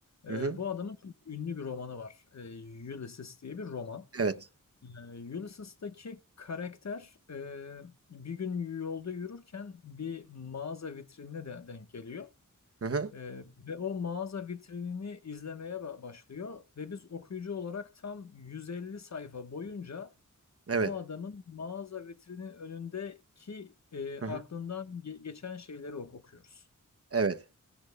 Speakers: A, on the left; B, on the right.
A: Ee,
B: Hı hı.
A: bu adamın çok ünlü bir romanı var. Ee, Ulysses diye bir roman.
B: Evet.
A: Ee, Ulysses'taki karakter e, bir gün yolda yürürken bir mağaza vitrinine de denk geliyor.
B: Hı hı.
A: Ee, ve o mağaza vitrinini izlemeye ba- başlıyor ve biz okuyucu olarak tam 150 sayfa boyunca
B: Evet.
A: o adamın mağaza vitrinin önündeki e,
B: Hı
A: aklından
B: hı.
A: ge- geçen şeyleri ok okuyoruz.
B: Evet.